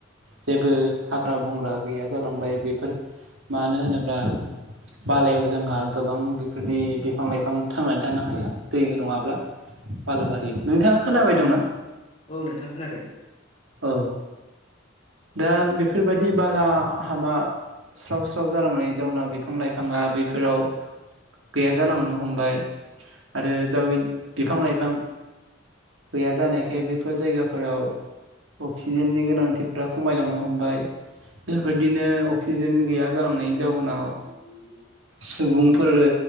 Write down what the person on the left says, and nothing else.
उम
औ
औ नोंथां खोनादों
औ
<inaudible>